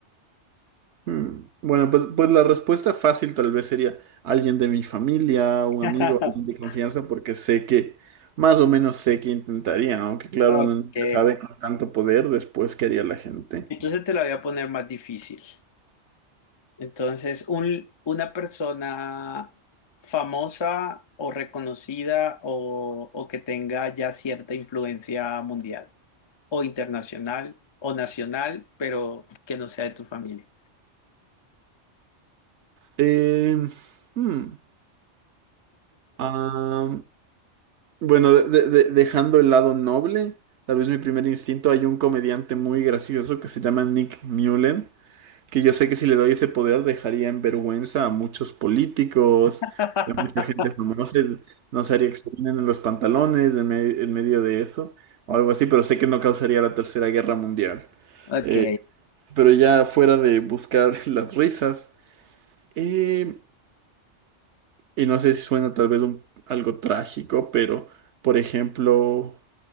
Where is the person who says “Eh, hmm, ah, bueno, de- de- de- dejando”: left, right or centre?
Right